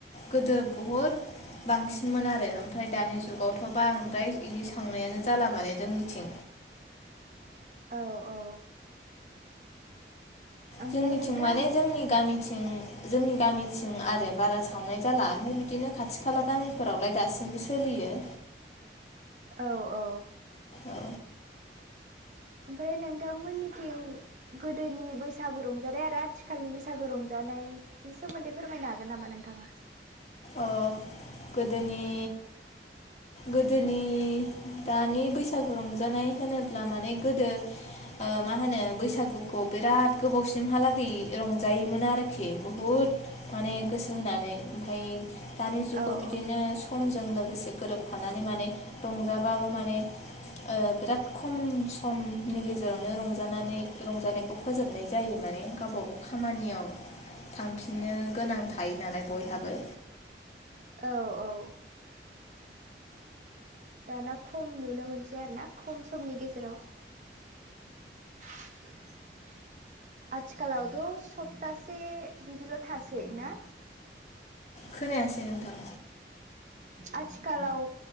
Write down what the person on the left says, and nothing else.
गोदो बुहुद बांसिनमोन आरो ओमफ्राय दानि जुगावथ' बांद्राय इदि सावनायानो जाला माने जोंनिथिं।
जोंनिथिं
माने जोंनि गामि थिं जोंनि गामिथिं आरो बारा सावनाय जाला ओमफाय बिदिनो खाथि खाला गामिफोरावलाय दासिमबो सोलियो।
औ
अ गोदोनि गोदोनि दानि बैसागु रंजानाय होनोब्ला माने गोदो ओ मा होनो बैसागुखौ बिराद गोबावसिमहालागै रंजायोमोन आरोखि बुहुत माने गोसो होनानै ओमफाय दानि जुगाव
बिदिनो
खमजों लोगोसे गोरोबफानानै माने रंजाबाबो माने ओ बिराद खम समनि गेजेरावनो रंजानानै रंजानाय खौ फोजोबनाय जायो माने गावबा गाव खामानियाव थांफिननो गोनां थायो नालाय बयहाबो
खोनायासै नोंथां?